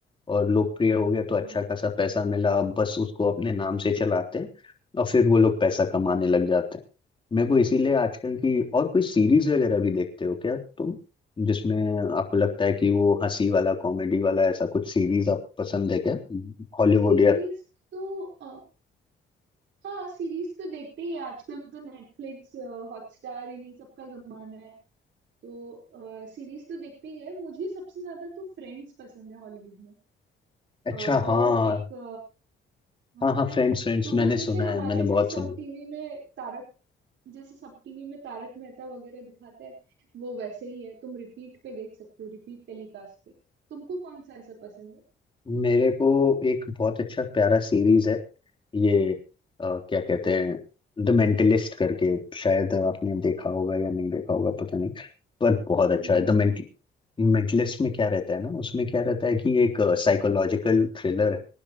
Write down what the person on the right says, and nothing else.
हाँ
सीरीज
तो अ, हाँ सीरीज तो देखते ही हैं। आजकल तो नेटफ्लिक्स हॉटस्टार इन्हीं सब का जमाना है तो सीरीज तो देखते ही है मुझे सबसे ज्यादा तो फ्रेंड्स पसंद है हॉलीवुड में
अ, वो
एक अ, हाँ,
है
ना
तो
वो जैसे
हमारे
में
सब
टीवी में तारक जैसे सब टीवी में तारक मेहता वगैरह दिखाता है वो वैसे ही है तुम रिपीट पे देख सकते हो रिपीट टेलीकास्ट पे तुमको कौन सा ऐसा पसंद है
नहीं
नहीं